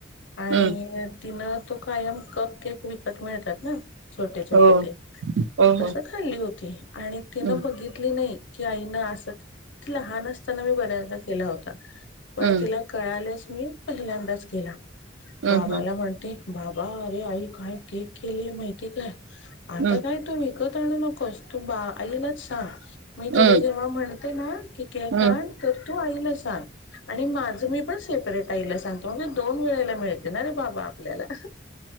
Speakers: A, on the left; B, on the right.
A: आणि.
B: हम्म
A: तिनं तो कायंम कंप केक विकतं मिळतातं नां छोटे छोटे
B: हो
A: ते
B: हो
A: तसंच.
B: हो
A: चाली होती आणि तिनं
B: हम्म
A: बघितली नाहीं. की आईनं असं लहांन असतांना मी बऱ्यांदा केलां होतां पणं
B: हम्म
A: तिलां. कळांलेस मी पहिल्यांदाच गेलां
B: हम्म
A: बाबालां म्हणते. बाबां अरे आई कायं केक केलीय माहितीय कायं आंता
B: हम्म
A: कायं. तूं विकतं आणूं नकोस तूं बां आईलांच सांग मी तुलां
B: हम्म
A: जेंव्हा म्हणते नां की. कांण
B: हम्म
A: तरं तूं आईला सांग आणि माझं मी पणं सेपरेट. ताईलां सांगतो मंग दोन वेळेला मिळते नां रे बाबां आपल्यांला.